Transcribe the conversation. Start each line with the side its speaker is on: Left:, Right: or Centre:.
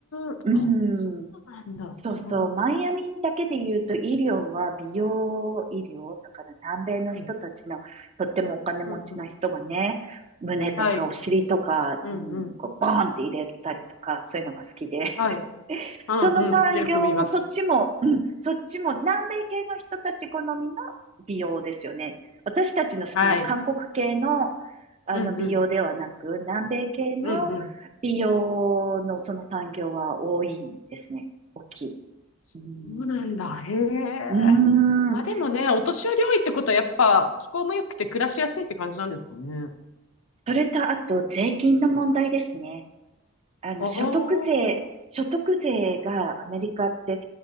Left: ん、
Right: う
Left: あ、そうなんだ。
Right: ん。そうそう、
Left: すごい
Right: マイアミだけで言うと医療は美容医療、だから南米の人たちのとってもお金持ちな人がね、
Left: うん、うん、うん。
Right: 胸とかお尻とかにこうボーンって入れたりとか、
Left: はい、うん、うん、
Right: そういうのが好きで、
Left: はい、
Right: <laughs>
Left: うん、
Right: その産業もそっちも、
Left: うん。よく見ます。
Right: うん、そっちも南米系の人たち好みの美容ですよね。私たちの好きな韓国系の、
Left: はい、
Right: あの美容ではなく、
Left: うん、うん、
Right: 南米系の
Left: うん、うん。
Right: 美容のその産業は多いですね。大きい。
Left: そうなんだ。
Right: うん。
Left: へえ。
Right: うーん。
Left: まあでもね、お年寄り多いってことはやっぱ気候も良くて暮らしやすいって感じなんですかね。
Right: それと、あと、税金の問題ですね。あの、
Left: お
Right: 所得税、
Left: ー。
Right: 所得税がアメリカって、